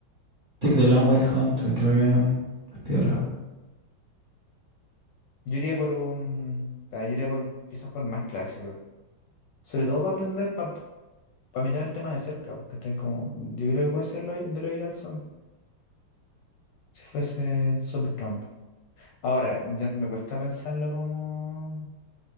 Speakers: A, on the right (about 35°); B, on the left (about 75°).
A: Take the Long Way Home, también creo que es piola.
B: Yo iría por un... ah, Yo iría por quizás por el más clásico. Sobre todo para aprender, para, mirar el tema de cerca, porque estoy como... Yo creo que puede ser lo, de Logical Song, si fuese Supertramp. Ahora, ya me cuesta pensarlo como